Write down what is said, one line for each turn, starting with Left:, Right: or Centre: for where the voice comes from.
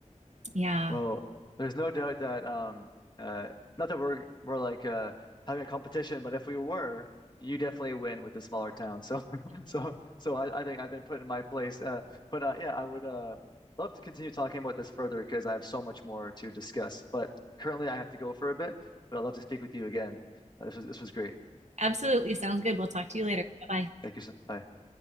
Right: yeah
Left: Well, there's no doubt that um uh not that we're we're like uh having a competition, but if we were, you definitely win with the smaller town. So <laughs> so so I, I think I've been put in my place. Uh but uh yeah, I would uh love to continue talking about this further because I have so much more to discuss. But currently I have to go for a bit, but I'd love to speak with you again. Uh, this was this was great.
Right: absolutely sounds good we'll talk to you later bye
Left: Thank you. sir. Bye.